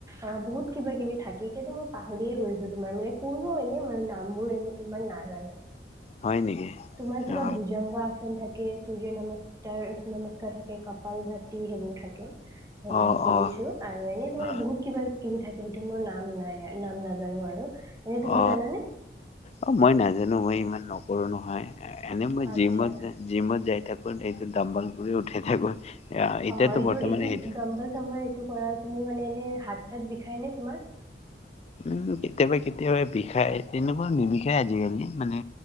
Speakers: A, on the right; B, on the left.
A: অ বহুত কিবা কিবি থাকে এতিয়াতো মই পাহৰিয়ে গৈছো তোমাৰ মানে কোনো এনে মান নামবোৰ ইমান নাজানো
B: হয় নেকি
A: তোমাৰ কিবা
B: অ
A: ভুজাংগা আছে থাক ে সূৰ্য নমস্ নমস্কাৰ থাকে কপাল ভাতি সেইবোৰ থাকে <unintelligible> সেইবোৰ
B: অ
A: কৰিছো
B: অ
A: আৰু এনেই তোমাৰ
B: অ
A: বহুত কিবা। কিবি থাকে সেইটো মোৰ নাম নাই নাম নাজানো আৰু। <unintelligible> তুমি
B: অ,
A: জানানে
B: অ মই নাজানো মই। ইমান নকৰো নহয়। এনে মই
A: আচ্ছা
B: জিমত জিমত যাই। থাকোন এইটো ডাম্বাল কৰি উঠে থাকো। এতিয়াতো
A: অ এইটো
B: বৰ্তমান
A: এইটো
B: সেইটো
A: দম্বল চম এইটো কৰা তুমি মানে এনে হাত। পছাত বিষায় নে তোমাৰ।
B: উম কেতিয়াবা কেতিয়াবা বিষায়। তেনেকুৱা নিবিষায় আজিকালি মানে